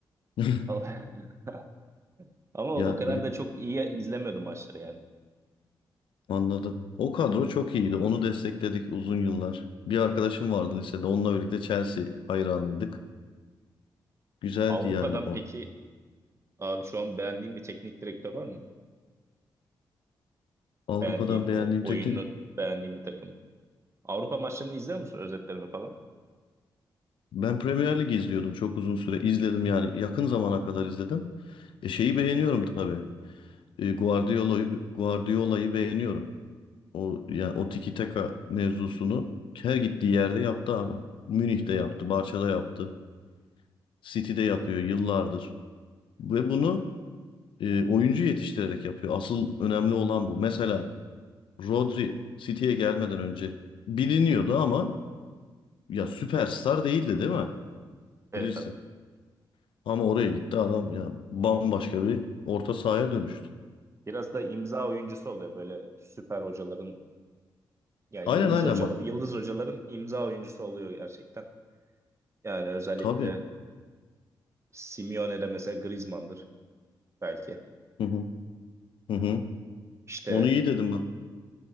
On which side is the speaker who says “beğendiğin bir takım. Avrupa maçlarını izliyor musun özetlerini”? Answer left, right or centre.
Right